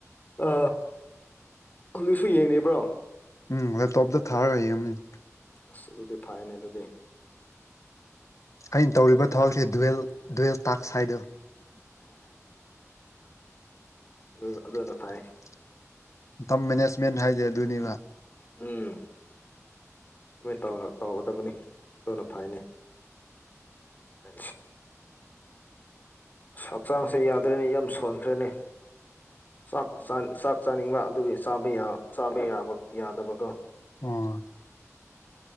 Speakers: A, on the left; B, on the left.
A: ꯑ ꯍꯧꯖꯤꯛꯁꯨ ꯌꯦꯡꯉꯕ꯭ꯔꯣ
B: ꯎꯝ ꯑ ꯇꯣꯞꯇ ꯊꯥꯔꯒꯌꯦ ꯑꯃꯅꯤꯅꯤ
A: ꯑꯁ ꯑꯗꯨꯗꯤ ꯐꯥꯏꯅꯦ ꯑꯗꯨꯗꯤ
B: ꯑꯩꯅ ꯇꯧꯔꯤꯕ ꯊꯕꯛꯁꯦ ꯋꯦꯜ ꯗꯨꯋꯦꯜ ꯇꯥꯛꯁ ꯍꯥꯏꯗꯣ
A: ꯑꯗꯨ
B: <unintelligible>
A: ꯑꯗꯨꯅ ꯐꯩ
B: ꯝ ꯃꯦꯅꯦꯖꯃꯦꯟ ꯍꯥꯏꯗꯦ ꯑꯗꯨꯅꯤꯕ
A: ꯎꯝ ꯑꯗꯨꯃꯥꯏꯅ ꯇꯧꯒꯗꯕꯅꯤ ꯑꯗꯨꯅ ꯐꯩꯅꯦ ꯊ ꯍꯛꯆꯥꯡꯁꯦ ꯌꯥꯗ꯭ꯔꯦꯅꯤ ꯌꯥꯝ ꯁꯣꯟꯈ꯭ꯔꯦꯅꯦ ꯆꯥꯛ ꯆꯥꯛ ꯆꯥꯅꯤꯡꯕ ꯑꯗꯨꯒꯤ ꯆꯥ ꯆꯥꯕ ꯌꯥꯕ ꯌꯥꯗꯕꯀꯣ
B: ꯑ